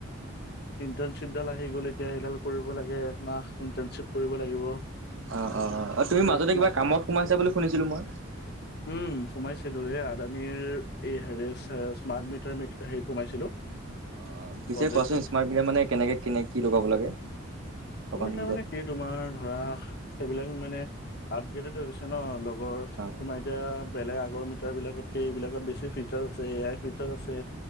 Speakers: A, on the left; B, on the right.
A: ইণ্টাৰ্ণশ্বিপডাল আহি গল এতিয়া সেইডাল কৰিব লাগে একমাহ ইণ্টাৰনশ্বিপ কৰিব লাগিব।
B: অ অ, তুমি মাজতে
A: একমাহ
B: কিবা কামত সোমাইছা বুলি শুনিছিলো মই।
A: উম সোমাইছিলো এই আদানীৰ এই হেৰি স্মাৰ্ট মিটাৰ হেৰিত সোমাইছিলো।
B: অ', পিছে
A: প্ৰজেক্টটোত
B: কোৱাচোন স্মাৰ্ট মিটাৰত মানে কেনেকে কেনে কি লগাব লাগে অকমান।
A: এ কি তুমাৰ ধৰা সেইবিলাক মানে আপগ্ৰেটেড হৈ গৈছে ন। আগৰ তোমাৰ
B: অ
A: এতিয়া বেলেগ আগৰ মি টাৰ বিলাকতকে এইবিলাকত বেছি ফিচাৰ আছে এ আই ফিচাৰ আছে।